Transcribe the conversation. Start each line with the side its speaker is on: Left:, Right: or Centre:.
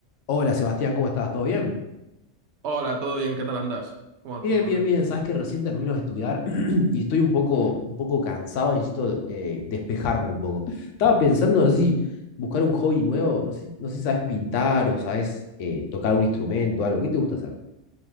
Left: Hola Sebastián, ¿cómo estás? ¿Todo bien?
Right: Hola, ¿todo bien? ¿Qué tal andas? ¿Cómo va
Left: Bien,
Right: todo, Rodrigo?
Left: bien, bien. Sabes que recién termino de estudiar <clears throat> y estoy un poco, un poco cansado y necesito eh, despejarme un poco. Estaba pensando, no sé si buscar un hobby nuevo, no sé, no sé si sabes pintar o sabes eh, tocar un instrumento, algo. ¿Qué te gusta hacer?